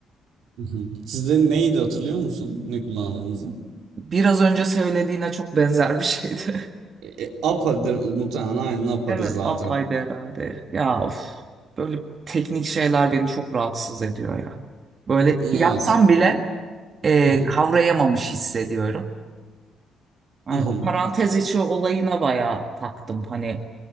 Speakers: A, on the right (about 80°); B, on the right (about 45°).
A: Hı hı. Sizde neydi hatırlıyor musun? Ne kullandığınızı?
B: Biraz önce söylediğine çok benzer bir şeydi. <laughs>
A: E, e, APA'dır muhtemelen aynen APA'dır
B: Evet
A: zaten.
B: apayrı herhalde. Ya of. Böyle teknik şeyler beni çok rahatsız ediyor ya. Böyle
A: Evet.
B: yapsam bile e,
A: Hı hı,
B: kavrayamamış hissediyorum. Yani
A: hı hı.
B: o parantez içi olayına bayağı taktım. Hani